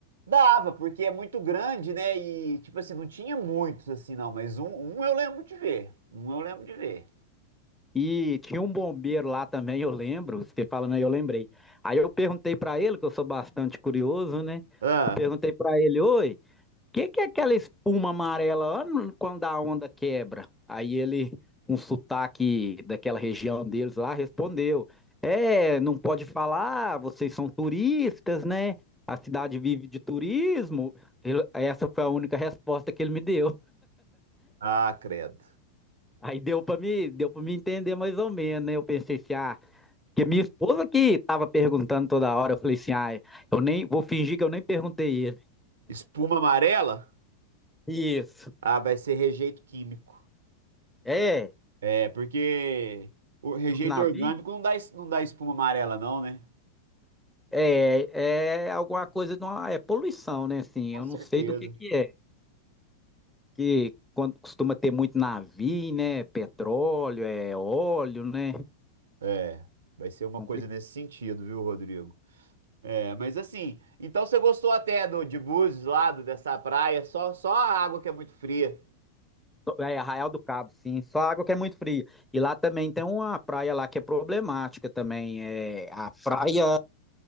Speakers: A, on the right; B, in the centre.
A: dava, porque é muito grande, né? E tipo assim, não tinha muitos assim não, mas um, um eu lembro de ver. Um eu lembro de ver.
B: E tinha um bombeiro lá também, eu lembro, você falando aí, eu lembrei. Aí eu perguntei para ele, que eu sou bastante curioso, né?
A: Ah.
B: Eu perguntei para ele, oi, o que que é aquela espuma amarela lá no- quando a onda quebra? Aí ele, um sotaque daquela região deles lá, respondeu: É, não pode falar, vocês são turistas, né? A cidade vive de turismo. Ele- essa foi a única resposta que ele me deu.
A: Ah, credo.
B: Aí deu para me, deu para me entender mais ou menos, né? Eu pensei assim, ah. Que minha esposa que tava perguntando toda hora, eu falei assim, ah eu nem vou fingir que eu nem perguntei ele.
A: Espuma amarela?
B: Isso.
A: Ah, vai ser rejeito químico.
B: É,
A: É, porque o rejeito
B: os navios
A: orgânico não dá, es- não dá espuma amarela, não, né?
B: é, é alguma coisa, de uma, é poluição, né? Assim,
A: Com
B: eu
A: certeza.
B: não sei do que que é. Que quando costuma ter muito navio, né? Petróleo, é óleo, né?
A: É, vai ser uma
B: Complicado.
A: coisa nesse sentido, viu, Rodrigo? É, mas assim, então você gostou até do de Búzios lá, do- dessa praia, só, só a água que é muito fria.
B: É Arraial do Cabo, sim. Só água que é muito fria. E lá também tem uma praia lá que é problemática também. É a praia.